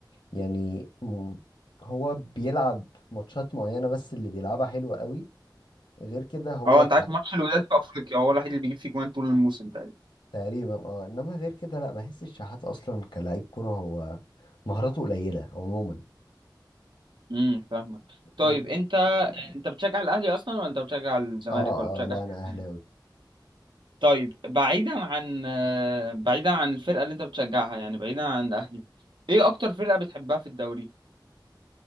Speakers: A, on the left; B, on the right.
A: يعني م- هو بيلعب ماتشات معينة بس اللي بيلعبها حلوة قوي غير كده هو
B: اه أنت عارف ماتش الوداد في أفريقيا هو الوحيد اللي بيجيب فيه جوان طول الموسم تقريبا
A: تقريبا اه انما غير كده لا بحس الشحات اصلا كلاعب كرة هو مهاراته قليلة عموما
B: امم فاهمك طيب
A: و-
B: أنت أنت بتشجع الأهلي أصلا ولا أنت بتشجع الزمالك
A: اه
B: ولا بتشجع
A: اه لا
B: حاجة
A: انا
B: تانية؟
A: اهلاوي
B: طيب بعيدا عن آه، بعيدا عن الفرقة اللي أنت بتشجعها يعني بعيدا عن الأهلي إيه أكتر فرقة بتحبها في الدوري؟